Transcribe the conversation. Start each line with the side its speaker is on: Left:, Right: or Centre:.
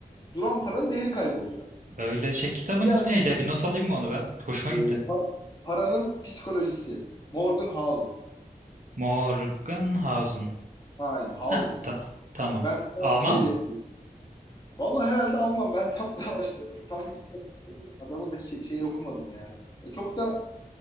Left: duran paranın değeri kayboluyor.
Right: Öyle şey kitabın
Left: Diğer
Right: ismi neydi? Bir not alayım mı onu ben? Hoşuma
Left: Ee,
Right: gitti.
Left: par- paranın psikolojisi. Morgan Housel.
Right: Morgenhausen.
Left: Aynen Housel.
Right: Heh ta tamam.
Left: Ee, Ben sana
Right: Alman
Left: şey
Right: mı?
Left: diye. Vallahi herhalde almam. Ben tam daha işte, tam bir <laughs> adamın da şe- şeyini okumadım yani. E, çok da